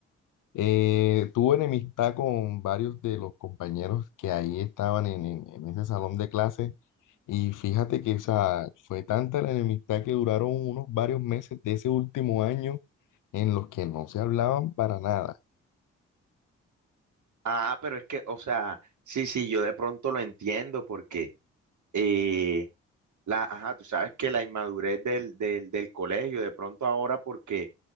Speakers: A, on the left; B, on the right.
A: eh, tuve enemistad con varios de los compañeros que ahí estaban en, en- en ese salón de clase y fíjate que esa fue tanta la enemistad que duraron unos varios meses de ese último año en los que no se hablaban para nada.
B: Ah, pero es que, o sea, sí, sí, yo de pronto lo entiendo porque, eh, la, ajá, tú sabes que la inmadurez del, del, del colegio, de pronto ahora porque